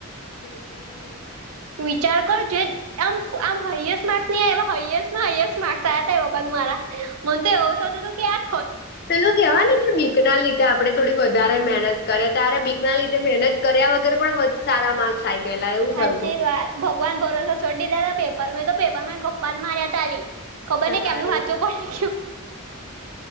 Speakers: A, on the left (about 45°); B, on the right (about 80°).
A: હમ!
B: વિચાર કર જે આમ આમ હાએસ્ટ માર્ક્સ ની હાએસ્ટમાં હાએસ્ટ માર્ક્સ આ્યા હતા એ વખત મારાહ મને તો એવું તો તો તું કે યાર
A: પેલો કેવાય ને કે બીકના લીધે આપ આપણે થોડી વધારે મહેનત કરે, ત્યારે બીકના લીધે મહેનત કર્યા વગર પણ સારા માર્ક્સ આ ગયેલા એવું
B: સાચી
A: થયું હતું.
B: વાત ભગવાન ભરોસે છોડી દીધુ પેપર મે તો પેપરમાં ગપ્પા મા્યાતી આલી. ખબર
A: તારે
B: નહી કેમનું હાચુ પડી ગ્યું.